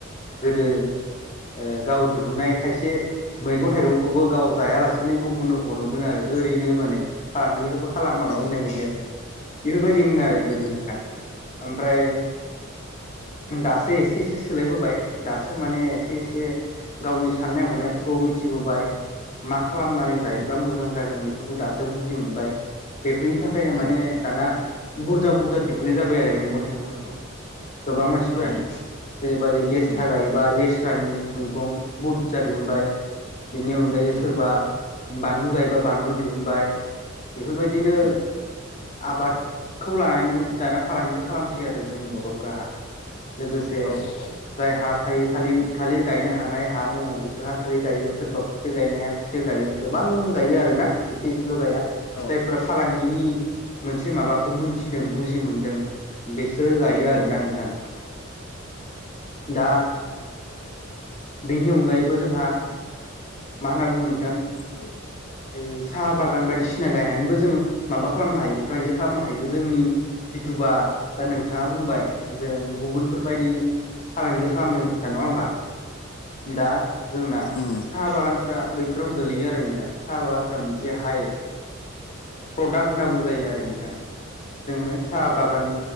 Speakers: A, on the left; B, on the left.
A: गोदो ओ गाव दिहुननाय खायसे मैगं -थाइगंखौबो गाव जायालासेनो गुबुननो हरोमोन आरो ओरैनो माने फालाङिखौबो खालामामोन
B: औ
A: होननाय बायदि आरो बेफोरबायदिमोन आरो गोदो
B: उम
A: नोंथां ओमफ्राय दासो एसे- एसे सोलायबोबाय दासो माने एसे- एसे गावनि साननाय - हनायफोरखौ मिथिबोबाय मा खालामनानै जायोब्ला
B: उम
A: मोजां जागोन बेफोरखौ दासो बुजि मोनबाय बेफोरनि थाखायनो
B: उम
A: माने दाना बुरजा - बुरजा दिहुननाय जाबाय आरो मैगं थाइगंफोरखौ गोबां मानसिफोरानो
B: औ
A: जेरैबादि लेसथ्रा
B: उम
A: जायोबा लेस स्रानि मैगं बुरजा दिहुनबाय बेनि अनगायै
B: उम
A: सोरबा बानलु गायबा बानलु दिहुनबाय बेफोरबायदिनो
B: उम
A: आबादखौ लानानैबो दाना फालांगि खालामसै आरो जोंनि बरफोराहा लोगोसे
B: औ औ
A: जाय हा थायो थालिर थालिर गायनो हानाय हा दङ बिसोरहा थालिर गायो सोरबा खुसेर गायनो हाया खुसेर गायो गोबां गायो आरोना एसे- एसेल' गाया
B: औ
A: जायफोरा फालांगिनि मोनसे माबाखौ मोनथिदों बुजि मोनदों बेसोरो गायो
B: उम
A: आरोना नोंथां दा बेनि अनगायैबो जोंहा मा होनना बुङो नोंथां
B: औ
A: बि साहा बागान बायदिसिना गायनानैबो जोङो माबा खालामनो हायो फालांगि खालामनो हायो। जोंनि जिथुबा दा नोंथाङा बुंबाय जों गुबुन बेफोरबायदि फालांगि खालामनायनि खोथा नङा होमबा दा। जोंना
B: उम
A: साहा बागानफ्रा बैफोराव गोलैयो आरो नोंथां साहा बागान फोरा मोनसे हाइ प्रडाक्ट होनना बुंजायो आरो नोंथां। जोङो साहा बागान।